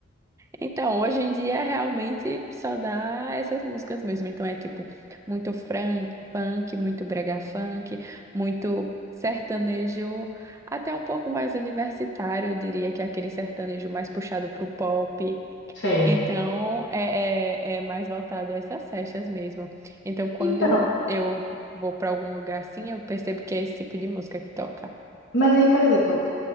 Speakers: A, on the right (about 15°); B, on the left (about 60°).
A: Então, hoje em dia realmente só dá essas músicas mesmo. Então é tipo muito fran funk, muito brega funk, muito sertanejo, até um pouco mais universitário, eu diria que é aquele sertanejo mais puxado pro pop.
B: Sei.
A: Então, é, é, é mais voltado a essas festas mesmo. Então, quando
B: Então,
A: eu vou para algum lugar assim, eu percebo que é esse tipo de música que toca.
B: mas aí, por exemplo,